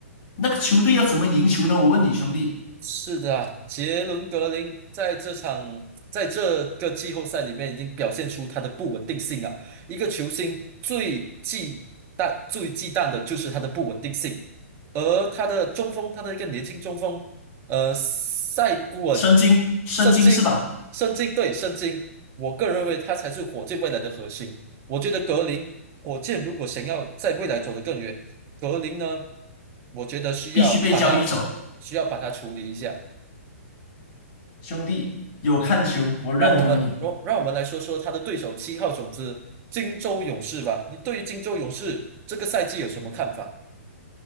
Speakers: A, on the left; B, on the right.
A: 那个球队要怎么赢球呢？我问你兄弟，
B: 是的啊，杰伦格林在这场在这个季后赛里面已经表现出他的不稳定性啊。一个球星最忌惮、最忌惮的就是他的不稳定性，而他的中锋，他的一个年轻中锋，呃，塞古恩、
A: 申京，申京是吧？
B: 圣经、圣经对圣经，我个人认为他才是火箭未来的核心。我觉得格林，火箭如果想要在未来走得更远，格林呢，我觉得需要把它需要把它处理一下。
A: 必须被交易走，兄弟有看球，我认同你。
B: 让我们让让我们来说说他的对手七号种子金州勇士吧。你对于金州勇士这个赛季有什么看法？